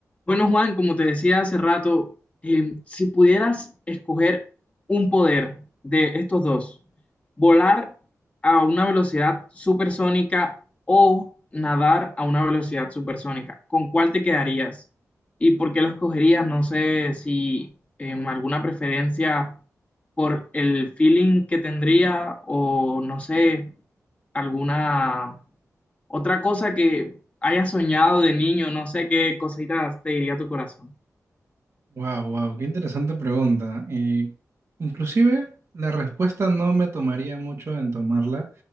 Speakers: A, on the left; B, on the right.
A: Bueno, Juan, como te decía hace rato, eh, si pudieras escoger un poder de estos dos, volar a una velocidad supersónica o nadar a una velocidad supersónica, ¿con cuál te quedarías? ¿Y por qué lo escogerías? No sé si em, alguna preferencia por el feeling que tendría o no sé, alguna otra cosa que hayas soñado de niño, no sé qué cositas te diría tu corazón.
B: Wow, wow, qué interesante pregunta. Eh, inclusive la respuesta no me tomaría mucho en tomarla